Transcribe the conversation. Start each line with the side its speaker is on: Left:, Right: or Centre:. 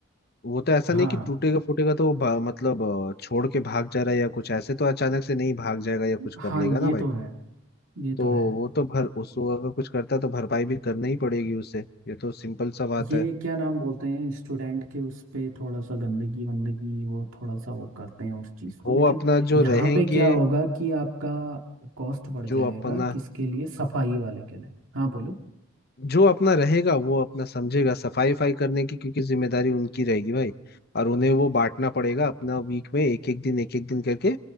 Left: वो तो ऐसा
Right: हाँ
Left: नहीं कि टूटेगा फूटेगा तो वो भा- मतलब अ, छोड़ के भाग जा रहा है या कुछ ऐसे तो अचानक से नहीं भाग जाएगा या कुछ
Right: हाँ
Left: कर लेगा ना
Right: ये
Left: भाई
Right: तो है ये
Left: तो
Right: तो है
Left: वो तो भर उसको अगर कुछ करता है तो भरपाई भी करना ही पड़ेगी उसे ये तो सिंपल सा बात
Right: ये
Left: है
Right: क्या नाम बोलते हैं स्टूडेंट के उस पे थोड़ा सा गंदगी वंदगी वो थोड़ा सा वो करते हैं उस चीज़ को
Left: वो
Right: लेकिन
Left: अपना जो
Right: यहाँ
Left: रहेंगे
Right: पे क्या होगा कि आपका कॉस्ट बढ़
Left: जो
Right: जाएगा
Left: अपना
Right: किसके लिए सफाई वाले के लिए हाँ बोलो <laughs>
Left: जो अपना रहेगा वो अपना समझेगा सफाई फाई करने की क्योंकि जिम्मेदारी उनकी रहेगी भाई और उन्हें वो बांटना पड़ेगा अपना वीक में एक एक दिन एक एक दिन करके